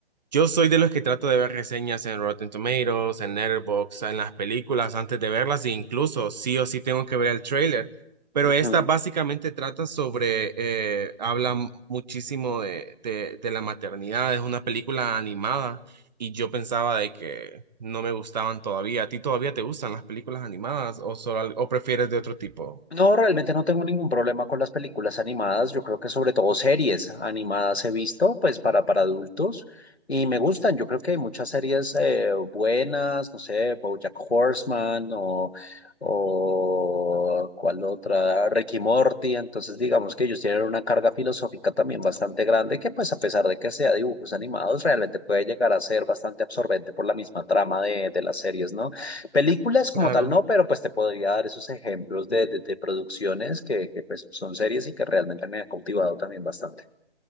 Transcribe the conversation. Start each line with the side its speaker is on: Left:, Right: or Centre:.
Right: Yo soy de los que trato de ver reseñas en Rotten Tomatoes, en Letterboxd, en las películas antes de verlas e incluso sí o sí tengo que ver el tráiler. Pero
Left: Ujú.
Right: esta básicamente trata sobre, eh, habla muchísimo de, de, de la maternidad, es una película animada y yo pensaba de que no me gustaban todavía. ¿A ti todavía te gustan las películas animadas o, solo, al- o prefieres de otro tipo?
Left: No, realmente no tengo ningún problema con las películas animadas. Yo creo que sobre todo series animadas he visto, pues para, para adultos y me gustan. Yo creo que hay muchas series eh, buenas, no sé, BoJack Horseman o, o cuál otra, Ricky Morty. Entonces, digamos que ellos tienen una carga filosófica también bastante grande que, pues a pesar de que sea dibujos animados, realmente puede llegar a ser bastante absorbente por la misma trama de, de las series, ¿no? Películas como
Right: Claro.
Left: tal no, pero pues te podría dar esos ejemplos de, de- de producciones que, que, pues son series y que realmente me han cautivado también bastante.